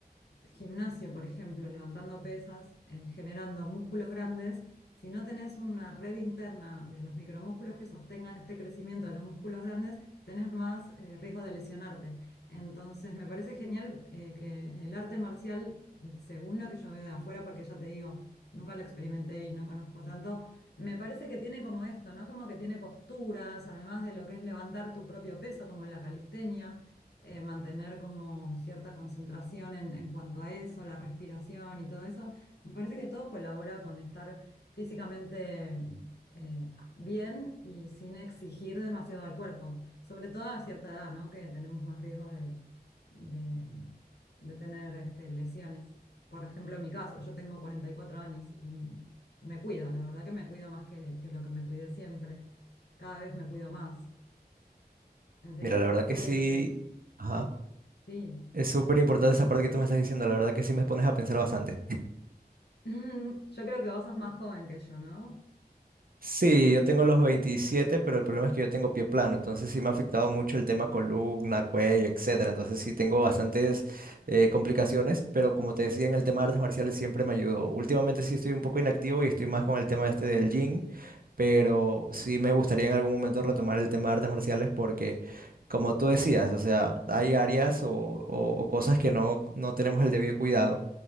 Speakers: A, on the left (about 90°); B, on the right (about 60°).
A: gimnasio, por ejemplo, levantando pesas, eh, generando músculos grandes, si no tenés una red interna de los micromúsculos que sostengan este crecimiento de los músculos grandes, tenés más eh, riesgo de lesionarte. Entonces, me parece genial eh, que el arte marcial, según lo que yo veo de afuera, porque ya te digo, nunca lo experimenté y no conozco tanto, me parece que tiene como esto, ¿no? Como que tiene posturas, además de lo que es levantar tu propio peso, como la calistenia, eh, mantener como cierta concentración en, en cuanto a eso, la respiración y todo eso. Me parece que todo colabora con estar físicamente eh, bien y sin exigir demasiado al cuerpo. Sobre todo a cierta edad, ¿no? Que tenemos más riesgo de, de- de tener este, lesiones. Por ejemplo, en mi caso, yo tengo 44 años y me cuido, la verdad que me cuido más que, que lo que me cuidé siempre. Cada vez me cuido más. Enseguida
B: Mira, la
A: se
B: verdad
A: siente,
B: que sí, ajá,
A: sí.
B: es súper importante esa parte que tú me estás diciendo, la verdad que sí me pones a pensar bastante.
A: <laughs> Yo creo que vos sos más joven que yo, ¿no?
B: Sí, yo tengo los 27, pero el problema es que yo tengo pie plano, entonces sí me ha afectado mucho el tema columna, cuello, etcétera. Entonces sí tengo bastantes eh, complicaciones, pero como te decía, en el tema de artes marciales siempre me ayudó. Últimamente sí estoy un poco inactivo y estoy más con el tema este del gym, pero sí me gustaría en algún momento retomar el tema de artes marciales porque, como tú decías, o sea, hay áreas o, o- o cosas que no, no tenemos el debido cuidado.